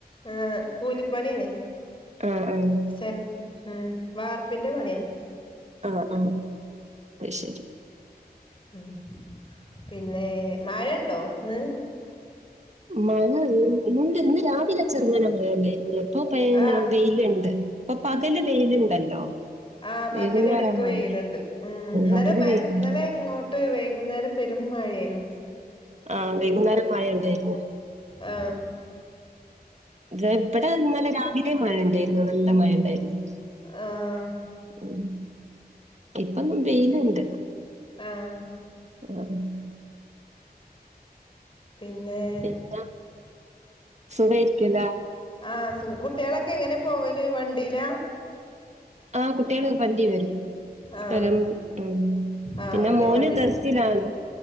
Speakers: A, on the left (about 30°); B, on the right (about 45°).
A: ആ കൂലിപ്പണിയണ
B: ആഹ് ആഹ്
A: സെൻ ഉ വാർപ്പിന്റെ പണിയാ
B: ആഹ് ആഹ് അയിശരി
A: ഉം പിന്നെ മഴയണ്ടോ ഇന്ന്
B: മഴ ഉണ്ട് ഇന്ന് രാവിലെ ചെറങ്ങന മഴ ഉണ്ടായിരുന്നു അപ്പൊ പിന്ന
A: ആഹ്
B: വെയിലുണ്ട് ഇപ്പൊ പകല് വെയിലുണ്ടല്ലോ
A: ആ
B: വൈകുന്നേരാ
A: പകല് ഇടക്ക്
B: മഴ
A: വെയിലുണ്ട് ഉം ഇന്നലെ
B: പകല് വെയിലുണ്ട്
A: ഇന്നലെ ഇങ്ങോട്ട് ട്ട് വൈകുന്നേരം പെരും മഴയാന്നു
B: ആഹ് വൈകുന്നേരം മഴ ഉണ്ടായിരുന്ന്
A: ആഹ്
B: ഇത് എവിടെ ഇന്നലെ രാവിലേം മഴ ഉണ്ടായിരുന്നു നല്ല മഴ ഉണ്ടായിരുന്നു
A: ആഹ്
B: ഉം ഇപ്പം വെയിലുണ്ട്
A: ആഹ്
B: <unintelligible>
A: പിന്നെ
B: പിന്നെ സുഖായിരിക്കില്ല
A: ആഹ് സുഖം കുട്ട്യേളൊക്കെ എങ്ങനെ പോവല് വണ്ടിയിലാ
B: ആഹ് കുട്ട്യേള് വണ്ടി വരും
A: ആഹ്
B: പം ഉം
A: ആഹ്
B: പിന്നെ
A: ഇവിടേം
B: മോന്
A: വണ്ടി
B: ദർസിലാണ്